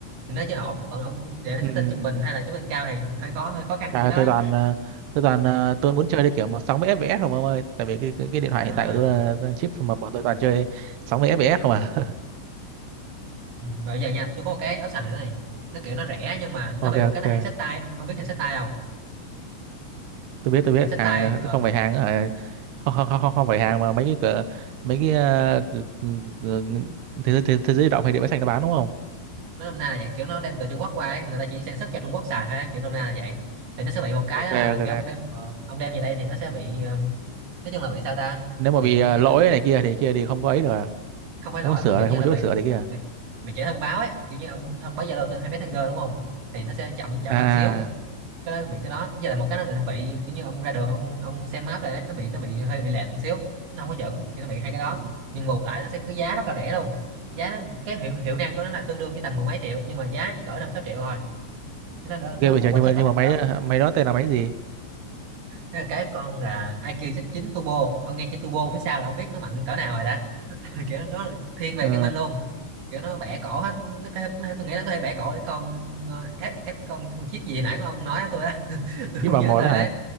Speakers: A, on the right; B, on the right.
A: thì nó chơi ổn còn ông để nó
B: ừ
A: setting trung bình hay là trung bình cao thì hơi khó hơi khó khăn
B: À,
A: cho nó
B: tôi toàn ờ, tôi toàn ờ, tôi muốn chơi cái kiểu mà 60 FPS không ông ơi tại vì cái, cái, cái điện thoại
A: à
B: hiện tại của tôi là là chip mà bọn tôi toàn chơi 60 FPS không à
A: Ừ. và bây giờ nha tôi có một cái áo sành nữa này nó kiểu nó rẻ nhưng mà nó
B: <laughs>
A: bị
B: ok
A: một
B: ok
A: cái nó hàng xách tay ông ông biết hàng xách tay không
B: tôi biết tôi biết
A: hàng xách
B: hàng
A: tay ờ
B: không phải hàng hả? không, không, không, không không phải hàng mà mấy cái cửa mấy cái ờ, cử- cử- thế giới thế, thế giới di động hay điện máy xanh nó bán đúng không
A: nó nôm na là vậy kiểu nó đem từ Trung Quốc qua ấy. người ta chỉ sản xuất cho Trung Quốc xài
B: Ừ.
A: thôi ấy, kiểu nôm na là vậy thì nó sẽ bị một cái
B: ok
A: đó
B: ok
A: là kiểu ông đem ờ, ông đem về đây thì nó sẽ bị ờ, nói chung là bị sao ta
B: nếu mà
A: bị
B: bị ờ,
A: kiểu như
B: lỗi
A: là
B: này kia thì kia thì không có ấy được à?
A: không phải
B: không
A: lỗi
B: có sửa
A: mà kiểu
B: này
A: như
B: không
A: là
B: có chỗ
A: bị
B: để sửa này kia à
A: bị, bị trễ thông báo ấy kiểu như ông thông báo Zalo tới hay Messenger đúng không thì nó sẽ chậm chậm
B: À.
A: hơn xíu cái đó bị cái đó với lại một cái nó định vị kiểu như ông ra đường ông ông xem map này nó bị nó bị hơi bị lệch một xíu nó không có chuẩn thì nó bị hai cái đó
B: Ừ.
A: nhưng bù lại nó sẽ có giá rất là rẻ luôn giá nó, cái hiệu hiệu năng của nó là tương đương với tầm mười mấy triệu nhưng mà giá chỉ cỡ năm sáu triệu thôi cái đó đỡ- nó
B: ghê bây
A: bù
B: giờ
A: qua
B: nhưng
A: sức
B: mà
A: lại
B: nhưng mà máy
A: cái đó
B: ờ, máy đó tên là máy gì
A: Thế là cái con là IQ Z9 Turbo ông nghe chữ Turbo phía sau là ông biết nó mạnh cỡ nào rồi đó <laughs> kiểu nó là thiên về
B: ờ
A: gaming luôn kiểu nó bẻ cổ hết nó, có thể- nó tôi nghĩ nó có thể bẻ cổ cái con ờ, ép ép con con chip gì nãy của ông nói á tôi á <laughs> tôi
B: chip
A: không
B: vào
A: nhớ
B: một
A: tên
B: đó hả
A: đấy